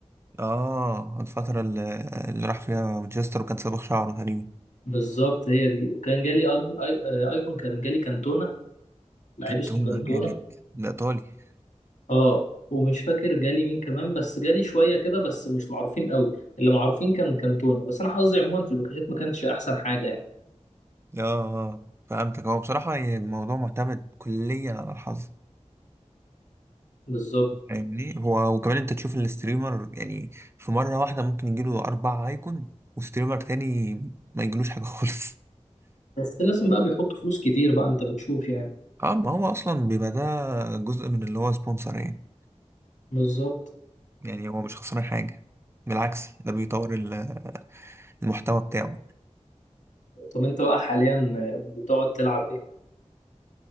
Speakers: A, on the right; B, on the left.
A: اه الفترة اللي, اللي راح فيها مانشستر وكان صابغ شعره تقريبا
B: بالظبط هي دي وكان جالي أن... أي... ايكون كان جالي كانتونا لعيب
A: كان
B: اسمه
A: تونة
B: كانتونا
A: جامد ده ايطالي
B: اه ومش فاكر جالي مين كمان بس جالي شويه كده بس مش معروفين قوي اللي معروفين كان كانتونا بس انا حظي عموما في الباكجات ما كانش احسن حاجه يعني
A: اه آه، فهمتك هو بصراحة يعني الموضوع معتمد كليا على الحظ
B: بالظبط
A: فاهمني هو وكمان انت تشوف الستريمر يعني في مرة واحدة ممكن يجيله اربع ايكون وستريمر تاني ما يجيلوش حاجة <laughs> خالص
B: بس لازم بقى بيحطوا فلوس كتير بقى انت بتشوف يعني
A: اه ما هو اصلا بيبقى ده جزء من اللي هو سبونسر يعني
B: بالظبط
A: يعني هو مش خسران حاجة بالعكس ده بيطور ال- المحتوى بتاعه
B: طب انت بقى حاليا بتقعد تلعب ايه